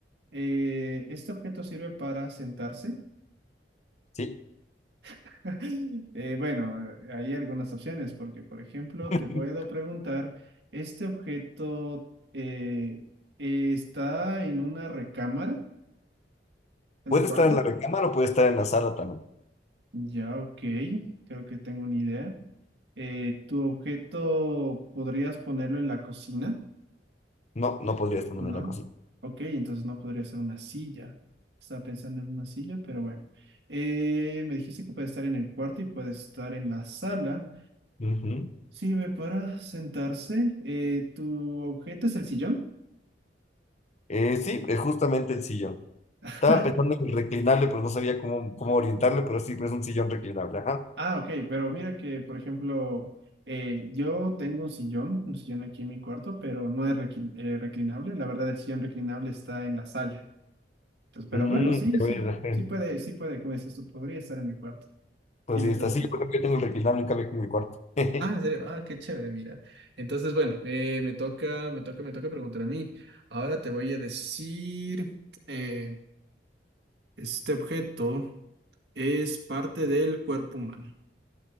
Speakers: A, on the right (about 70°); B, on the left (about 40°).
A: eh, ¿este objeto sirve para sentarse?
B: ¿Sí?
A: <laughs> Eh, bueno, eh, hay algunas opciones porque, por ejemplo,
B: <laughs>
A: te puedo preguntar, ¿este objeto eh, está en una recámara, en
B: Puede
A: un cuarto?
B: estar en la recámara o puede estar en la sala también.
A: Ya, ok, creo que tengo una idea. Eh, ¿tu objeto podrías ponerlo en la cocina?
B: No, no podría estar
A: ¿No?
B: en la cocina.
A: Ok, entonces no podría ser una silla. Estaba pensando en una silla, pero bueno. Eh, me dijiste que puede estar en el cuarto y puede estar en la sala.
B: Ujú.
A: Sirve para sentarse. Eh, ¿tu objeto es el sillón?
B: Eh, sí, es justamente el sillón.
A: <laughs>
B: Estaba pensando en el reclinable, pero no sabía cómo, cómo orientarle, pero sí, pues es un sillón reclinable. Ajá.
A: Ah, ok, pero mira que, por ejemplo, eh, yo tengo un sillón, un sillón aquí en mi cuarto, pero no es requi- eh, reclinable. La verdad, el sillón reclinable está en la sala. Entonces, pero
B: Mm,
A: bueno, sí,
B: ya
A: sí,
B: ves, ajá.
A: sí puede, sí puede, como dices tú, podría estar en mi cuarto.
B: Por
A: Tiene
B: si está.
A: todo sentido.
B: Sí, por ejemplo, yo tengo el requinal en cambio aquí en mi cuarto. <laughs>
A: Ah, en serio, ah, qué chévere, mira. Entonces, bueno, eh, me toca, me toca, me toca preguntar a mí. Ahora te voy a decir, eh, este objeto. Es parte del cuerpo humano.